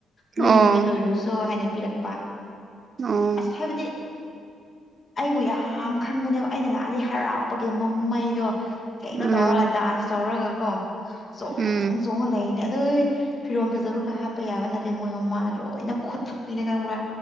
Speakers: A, on the left (about 35°); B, on the right (about 45°).
A: ꯅꯣꯏ
B: ꯑꯣ
A: ꯌꯨꯝꯗ ꯂꯣꯏꯔꯨꯁꯣ ꯍꯥꯏꯅ ꯄꯤꯔꯛꯄ
B: ꯑꯣ
A: ꯑꯁ ꯍꯥꯏꯕꯗꯤ ꯑꯩꯕꯨ ꯌꯥꯝ ꯈꯟꯕꯅꯦꯕ ꯑꯩꯅ ꯂꯥꯛꯑꯗꯤ ꯍꯔꯥꯎꯕꯒꯤ ꯃꯃꯩꯗꯣ ꯀꯩꯅꯣ
B: ꯎꯝ
A: ꯇꯧꯔꯒ ꯗꯥꯟꯁ ꯇꯧꯔꯒ ꯀꯣ ꯆꯣꯡ
B: ꯎꯝ
A: ꯆꯣꯡ ꯂꯩ ꯑꯗꯨ ꯐꯤꯔꯣꯝ ꯐꯖꯕꯒ ꯍꯥꯞꯄ ꯌꯥꯕ ꯅꯠꯇꯦ ꯃꯣꯏ ꯃꯃꯥꯅ ꯂꯣꯏꯅ ꯈꯣ ꯊꯛꯄꯤꯅ ꯈꯪꯕ꯭ꯔꯥ